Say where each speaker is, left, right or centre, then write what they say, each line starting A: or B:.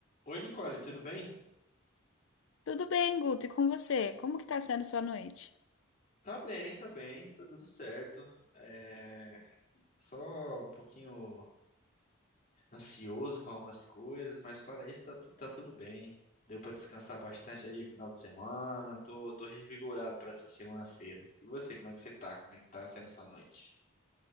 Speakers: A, on the left; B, on the left.
A: Oi, Nicole, tudo bem?
B: Tudo bem, Guto? E com você? Como que tá sendo sua noite?
A: Tá bem, tá bem, tá tudo certo. É... Só um pouquinho ansioso com algumas coisas, mas fora isso, tá, tu- tá tudo bem. Deu pra descansar bastante aí final de semana, tô, tô revigorado pra essa segunda-feira. E você, como é que você tá? Como é que tá sendo sua noite?